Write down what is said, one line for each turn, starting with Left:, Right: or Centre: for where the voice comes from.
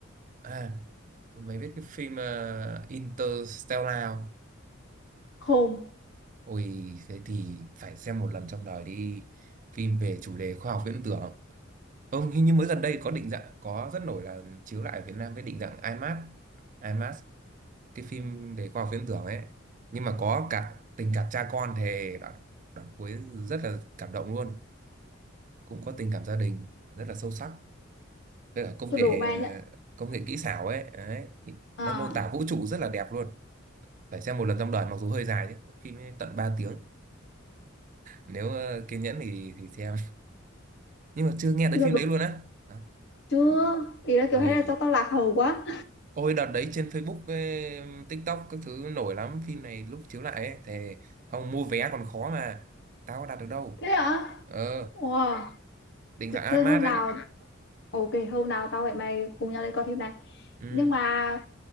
Right: à mày biết cái phim ờ, Interstellar không?
Left: không
Right: ôi thế thì phải xem một lần trong đời đi phim về chủ đề khoa học viễn tưởng Ông hình như mới gần đây có định dạng có rất nổi là chiếu lại ở Việt Nam cái định dạng IMAX, IMAX cái phim về khoa học viễn tưởng ấy. Nhưng mà có cả tình cảm cha con thì đoạn, đoạn cuối rất là cảm động luôn, cũng có tình cảm gia đình rất là sâu sắc. Với cả công
Left: tôi
Right: nghệ
Left: đủ mày nhá
Right: công nghệ kỹ xảo ấy, đấy.
Left: à,
Right: Nó mô tả vũ trụ rất là đẹp luôn. Phải xem một lần trong đời mặc dù hơi dài chứ, phim ấy tận 3 tiếng. Nếu ờ, kiên nhẫn thì thì xem. Nhưng mà chưa nghe tới
Left: Bây
Right: phim
Left: giờ đủ
Right: đấy luôn á. À,
Left: chưa? Ý là
Right: ôi
Left: kiểu hay là tao tao lạc hầu quá.
Right: Ôi đợt đấy trên Facebook với TikTok các thứ nổi lắm phim này lúc chiếu lại ấy thì không mua vé còn khó mà tao có đặt được đâu
Left: Thế hả?
Right: ờ
Left: Wow.
Right: định
Left: Thế,
Right: dạng
Left: thế
Right: IMAX
Left: hôm
Right: ấy
Left: nào Ok, hôm nào tao với mày cùng nhau đi coi phim này.
Right: ừ
Left: Nhưng mà